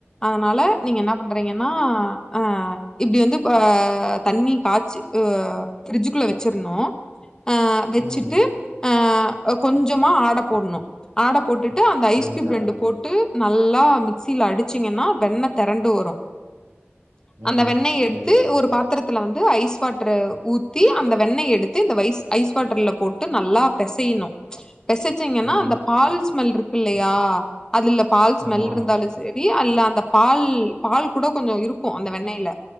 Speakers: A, on the left (about 15°); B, on the right (about 75°).
A: அதனால நீங்க என்ன பண் றீங்கன்னா ஆ இப்டி வந்து தண்ணி காச்சு ஃபிரிட்ஜுக்குள்ள வெச்சிருணு அ வெச்சுட்டு
B: ம்
A: ஆ கொஞ்சமா ஆட போடணும் ஆட போட்டுட்டு அந்த
B: சேரிக்கா
A: ஐஸ் கீயூப் ரெண்டு போட்டு நல்லா மிக்சியில அடிச்சிங்கன்னா வெண்ணை திரண்டு வரும்
B: ம்
A: அந்த வெண்ணெய எடுத்து
B: சேரிக்கா
A: ஒரு பாத்தரத்துல வந்து ஐஸ் வாட்டரு ஊ த்தி அந்த வெண்ணய் எடுத்து இந்த வைஸ் ஐஸ் வாட்டர்ல போட்டு நல்லா பெசையணும் பெசச்சிங்கன்னா
B: ம்
A: அந்த பால் ஸ்மெல் இருக்கு இல்லையா அதுல பால் ஸ்மெல்
B: ஆமா
A: இருந்தாலும் செரி அல்ல அந்த பால் பால் கூட கொஞ்சொ இருக்கும் அந்த வெண்ணெய்ல